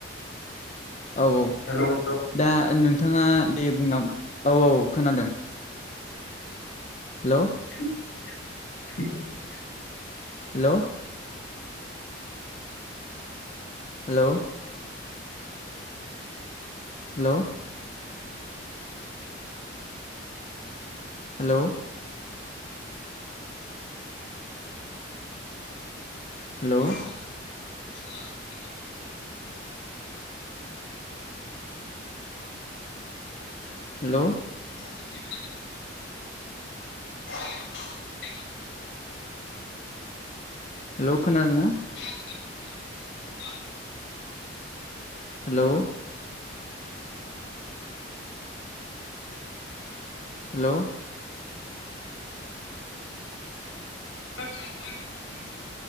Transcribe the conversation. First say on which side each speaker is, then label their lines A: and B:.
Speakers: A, on the left (about 35°); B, on the left (about 90°).
A: औ औ।
B: हेल
A: दा नोंथाङा दे बुंलां औ औ खोनादों। हेल'
B: <unintelligible>
A: हेल' hello hello. Hello. Hello.
B: <unintelligible>
A: Hello.
B: <unintelligible> <inaudible>
A: लख नार ना
B: <inaudible>
A: हेल' हेल'
B: <unintelligible>